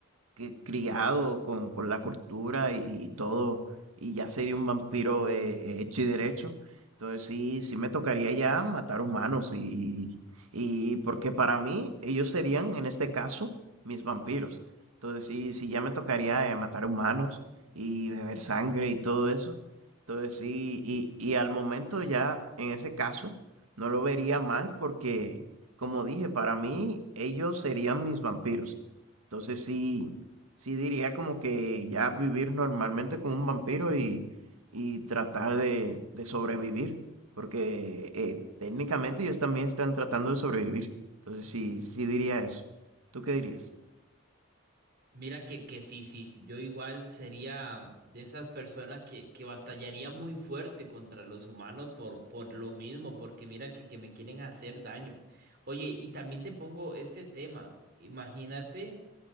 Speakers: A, on the right; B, on the right.
A: que- criado con, con la cultura y, y todo, y ya sería un vampiro eh, hecho y derecho. Entonces sí, sí me tocaría ya matar humanos y, y, y porque para mí ellos serían, en este caso, mis vampiros. Entonces sí, sí ya me tocaría eh, matar humanos y beber sangre y todo eso. Entonces sí, y, y al momento ya, en ese caso, no lo vería mal porque, como dije, para mí ellos serían mis vampiros. Entonces sí, Sí, diría como que ya vivir normalmente como un vampiro y, y tratar de, de sobrevivir, porque eh, técnicamente ellos también están tratando de sobrevivir. Entonces sí, sí diría eso. ¿Tú qué dirías?
B: Mira que, que sí, sí, yo igual sería de esas personas que, que batallaría muy fuerte contra los humanos por, por lo mismo, porque mira que, que me quieren hacer daño. Oye, y también te pongo este tema, imagínate